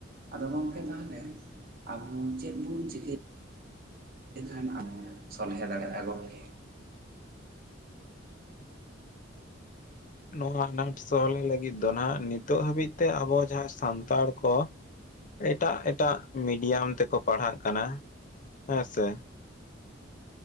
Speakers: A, on the right; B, on the left.
A: ᱟᱫᱚ ᱜᱚᱢᱠᱮ ᱛᱟᱦᱚᱞᱮ ᱟᱵᱩ ᱪᱮᱫ ᱵᱚᱱ ᱪᱤᱠᱟᱹ ᱞᱮᱠᱷᱟᱱ ᱟᱵᱩ ᱥᱚᱞᱦᱮ ᱫᱟᱲᱮᱭᱟᱜᱼᱟ ᱜᱚᱢᱠᱮ?
B: ᱱᱚᱣᱟ ᱟᱱᱟᱴ ᱥᱚᱦᱞᱮ ᱞᱟᱹᱜᱤᱫ ᱫᱚ, ᱱᱟᱦᱜ ᱱᱤᱛᱚᱜ ᱦᱟᱹᱵᱤᱡ ᱛᱮ ᱟᱵᱚ ᱡᱟᱦᱟᱸ ᱥᱟᱱᱛᱟᱲ ᱠᱚ ᱮᱴᱟᱜ ᱮᱴᱟᱜ ᱢᱤᱰᱤᱭᱟᱢ ᱛᱮᱠᱚ ᱯᱟᱲᱦᱟᱜ ᱠᱟᱱᱟ ᱦᱮᱸ ᱥᱮ᱾